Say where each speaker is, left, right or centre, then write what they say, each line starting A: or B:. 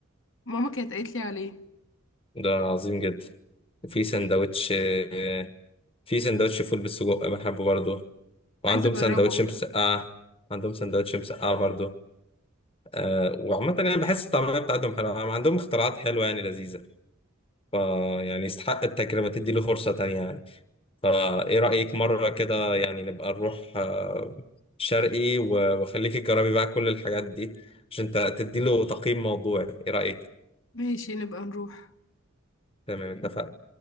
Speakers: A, on the left; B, on the left.
A: ماما كانت قالت لي عليه
B: ده عظيم جدا في سندوتش اه، في سندوتش فول بالسجق بحبه برضه وعندهم
A: عايزة اجربه
B: سندوتش مسقعة
A: ده
B: عندهم سندوتش مسقعة برضه آه، وعامة يعني بحس الطعمية بتاعتهم حلوة عم- عندهم اختراعات حلوة يعني لذيذة فا يعني يستحق التجربة تدي له فرصة تانية يعني فا ايه رأيك مرة كده يعني نبقى نروح آه، شرقي و- وخليكي تجربي بقى كل الحاجات دي عشان تدي له تقييم موضوعي ايه رأيك؟
A: ماشي نبقى نروح
B: تمام اتفقنا